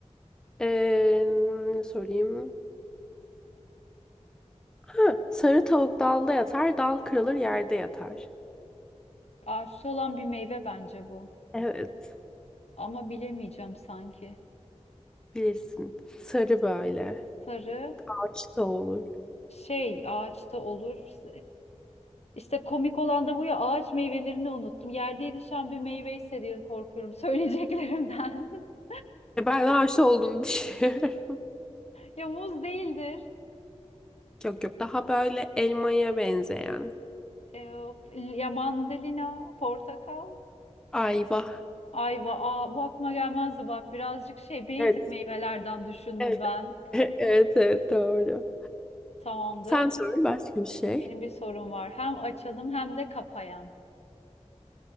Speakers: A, in the centre; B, on the left.
A: Ee, ne sorayım. Ha, sarı tavuk dalda yatar, dal kırılır yerde yatar.
B: Ağaçta olan bir meyve bence bu.
A: Evet,
B: Ama bilemeyeceğim sanki.
A: bilirsin. Sarı böyle.
B: Sarı
A: Ağaçta olur.
B: şey ağaçta olur. İşte komik olan da bu ya ağaç meyvelerini unuttum. Yerde yetişen bir meyve ise diye korkuyorum söyleyeceklerimden. <laughs>
A: E, Ben ağaçta olduğunu düşünüyorum.
B: Ya muz değildir.
A: <laughs> Yok yok daha böyle elmaya benzeyen.
B: Ee, ya mandalina, portakal,
A: Ayva.
B: ayva. Aa, bu aklıma gelmezdi bak. Birazcık şey basic
A: Evet,
B: meyvelerden düşündüm
A: evet.
B: ben.
A: <laughs> Evet, evet doğru.
B: Tamamdır.
A: Sen sor başka bir şey.
B: Benim bir sorum var. Hem açanım hem de kapayan.